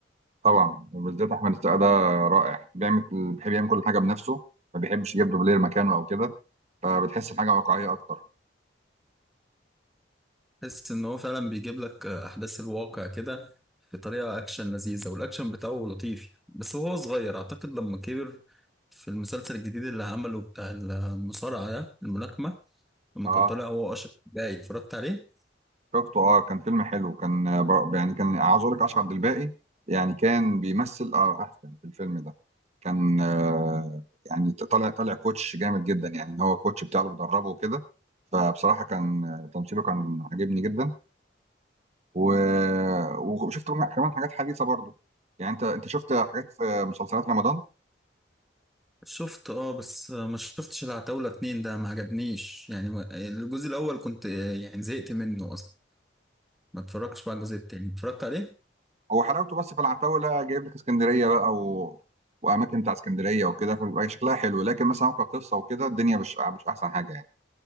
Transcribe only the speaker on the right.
طبعا وبالذات احمد السقا ده رائع بيعمل بيحب يعمل كل حاجه بنفسه ما بيحبش يجيب دوبلير مكانه او كده فبتحس الحاجه واقعيه اكتر
اه
شفته اه كان فيلم حلو كان آه، بر- يعني كان عاوز اقول لك اشرف عبد الباقي يعني كان بيمثل اه احسن في الفيلم ده كان آه يعني طالع طالع كوتش جامد جدا يعني ان هو كوتش بتاعه اللي بيدربه وكده فبصراحه كان آه، تمثيله كان عاجبني جدا و... وشفت منها كمان حاجات حديثه برضو يعني انت انت شفت حاجات في مسلسلات رمضان
هو حلاوته بس في العتاوله جايب لك اسكندريه بقى و... واماكن بتاع اسكندريه وكده فبيبقى شكلها حلو لكن مثلا هو كقصه وكده الدنيا مش مش احسن حاجه يعني